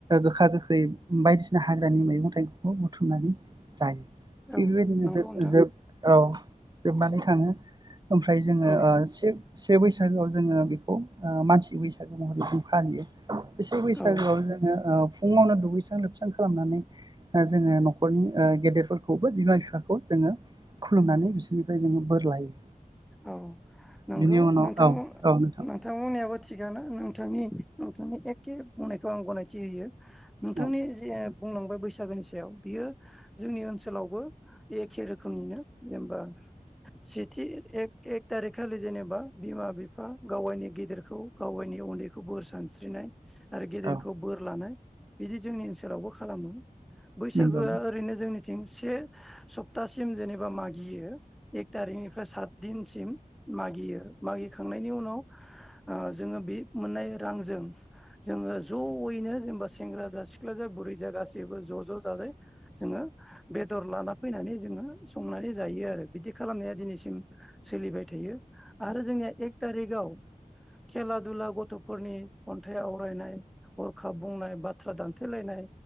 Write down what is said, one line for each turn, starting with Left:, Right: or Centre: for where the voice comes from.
Right: गोखा गोखै बायदिसिना हाग्रानि मैगं थाइगंखौ बुथुमनानै जायो थिग
Centre: औ
Right: बेबायदिनो
Centre: नंगौ
Right: जोब
Centre: नोंथां
Right: जोब औ जोबानो थाङो ओमफ्राय जोङो
Centre: औ
Right: अ सिब से बैसागोआव जोङो बेखौ अ मानसि बैसागो महरै जों फालियो एसे बैसागुआव
Centre: औ
Right: जोङो अ फुङावनो दुगैस्रां लोबस्रां खालामनानै अ जोङो न'खरनि अ गेदेरफोरखौबो बिमा बिफाखौ जोङो खुलुमनानै बिसोरनिफ्राय जोङो बोर लायो।
Centre: औ नंगौ
Right: बिनि उनाव
Centre: नोंथां
Right: औ औ नोंथां
Centre: नोंथांमोननियाबो थिगानो नोंथांनि नोंथांनि एखे बुंनायखौ आं गनायथि होयो नोंथांनि
Right: औ
Centre: जे बुंलांबाय बैसागुनि सायाव बियो जोंनि ओनसोलावबो एखे रोखोमनिनो जेनबा सेथि ए एक थारिक खालि जेनेबा बिमा बिफा गावाइनि गेदेरखौ गावायनि उन्दैखौ बोर सानस्रिनाय आरो गेदेरखौ
Right: औ
Centre: बोर लानाय बिदि जोंनि ओनसोलावबो खालामो बैसागोआ
Right: नंगौ
Centre: ओरैनो जोंनि से सप्तासिम जेनेबा मागियो एक थारिकनिफ्राय सात दिनसिम मागियो मागिखांनायनि उनाव अ जोङो बे मोननाय रांजों जोङो जयैनो जेनेबा सेंग्रा जा सिख्लाजा बुरैजा गासैबो ज' ज' जाजाय जोङो बेदर लाना फैनानै जोङो संनानै जायो आरो बिदि खालामनाया दिनैसिम सोलिबाय थायो आरो जोंनिया एक तारिकआव खेला दुला गथ'फोरनि खन्थाइ आवरायनाय हरखाब बुंनाय बाथ्रा दानथेलायनाय